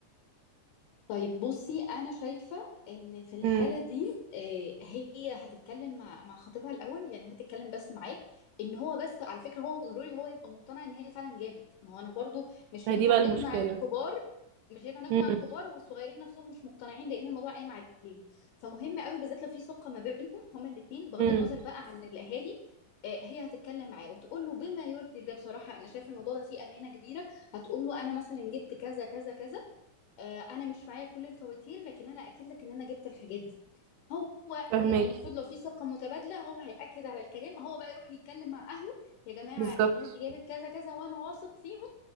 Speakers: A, on the left (about 85°); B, on the right (about 80°).
A: طيب بصي انا شايفه ان في الحاله
B: امم
A: دي آه، هي هتتكلم مع مع خطيبها الاول يعني هي هتتكلم بس معاه ان هو بس على فكره هو ضروري هو يبقى مقتنع ان هي فعلا جابت ما هو انا برضو مش
B: ما
A: هينفع
B: هي دي بقى المشكله
A: نقنع الكبار مش هينفع نقنع
B: امم
A: الكبار والصغيرين نفسهم مش مقتنعين لان الموضوع قايم عليهم فمهم قوي بالذات لو في ثقه ما بينهم هما الاثنين بغض
B: امم
A: النظر بقى عن الاهالي آه، هي هتتكلم معاه وتقول له بما يرضي الله بصراحه انا شايفه الموضوع ده فيه امانه كبيره هتقول له انا مثلا جبت كذا كذا كذا آه، انا مش معايا كل الفواتير لكن انا اكد لك ان انا جبت الحاجات دي هو
B: فهماكي
A: يعني المفروض لو في ثقة متبادلة هو هيأكد على الكلام هو بقى يروح يتكلم مع أهله يا جماعة
B: بالظبط
A: الناس دي جابت كذا كذا وأنا واثق فيهم